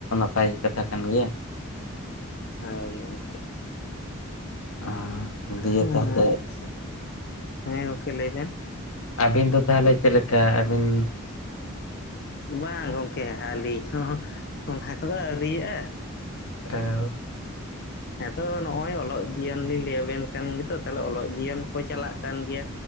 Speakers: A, on the left; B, on the left.
A: ᱱᱟᱯᱟᱭ ᱠᱟᱛᱷᱟ ᱠᱟᱱ ᱜᱮᱸᱭᱟ
B: ᱦᱳᱭ ᱜᱚᱢᱠᱮ
A: ᱟᱨ ᱫᱤᱭᱮ
B: ᱦᱮᱸ
A: ᱛᱟᱦᱚᱞᱮ
B: ᱟᱪᱷᱟ, ᱦᱮᱸ ᱜᱚᱢᱠᱮ ᱞᱟᱹᱭᱵᱮᱱ
A: ᱟᱵᱤᱱ ᱫᱚ ᱛᱟᱦᱚᱞᱮ ᱪᱮᱫ ᱞᱮᱠᱟ ᱟᱹᱵᱤᱱ
B: ᱵᱟᱝ ᱜᱚᱢᱠᱮ ᱟᱞᱤᱧ ᱦᱚᱸ ᱚᱱᱟ ᱠᱚᱫᱚ ᱟᱹᱣᱨᱤᱭᱟᱜᱼᱟ
A: ᱟᱣᱻ
B: ᱦᱮᱸᱛᱚ ᱱᱚᱜᱼᱚᱭ ᱚᱞᱚᱜ ᱡᱤᱭᱚᱱ ᱞᱤᱸᱧ ᱞᱟᱹᱭᱟᱵᱮᱱ ᱠᱟᱱ ᱜᱮᱸᱛᱚ ᱚᱞᱚᱜ ᱡᱤᱭᱚᱱ ᱠᱚ ᱪᱟᱞᱟᱜ ᱠᱟᱱ ᱜᱮᱭᱟ,